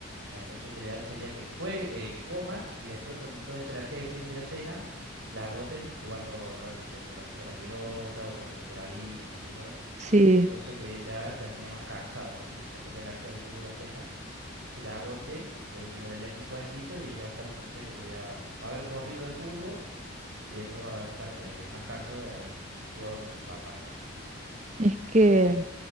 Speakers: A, on the right; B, on the right.
A: entonces lo ideal sería que jue- eh, que coman y después con toda esa energía que tienen de la cena, la agoten jugando, ra- no sé, un ratito a la pelota o corriendo por ahí o qué sé yo.
B: sí.
A: Cosa que ya termine más cansado, ¿no? Porque esa poca energía que tuvo la cena, si la agote, de última le lees un cuentito y él ya va a estar con sueño porque ya va va a haber corrido de fútbol y después va a estar eh, más cansado de haber jugado con su papá, ¿no?
B: Es que,